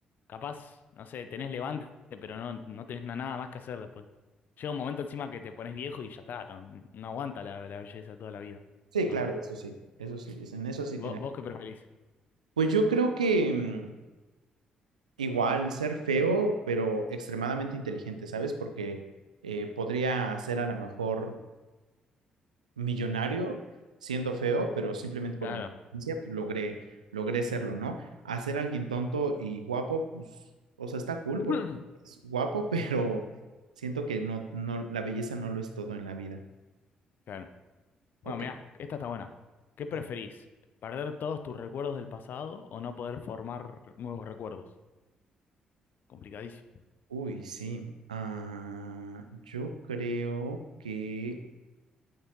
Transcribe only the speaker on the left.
capaz, no sé, tenés levante, pero no, no tenés na- nada más que hacer después. Llega un momento encima que te pones viejo y ya está, no, no aguanta la, la belleza toda la vida.
¿O
no?
¿Vos,
vos qué preferís?
Claro.
<clears throat>
Claro. Bueno,
mirá, esta está buena. ¿Qué preferís?
¿Perder todos tus recuerdos del pasado o no poder formar nuevos recuerdos? Complicadísimo.